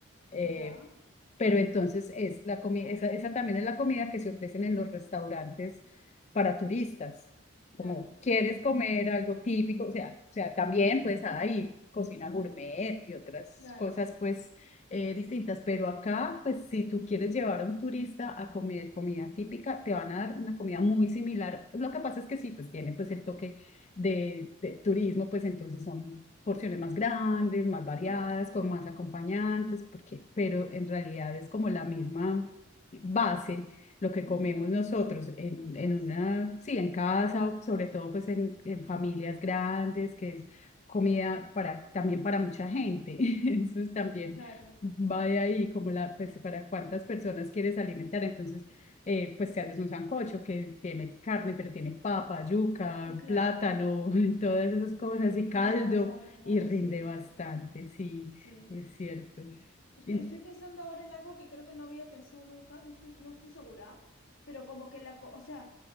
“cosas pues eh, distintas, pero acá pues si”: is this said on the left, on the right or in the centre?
Left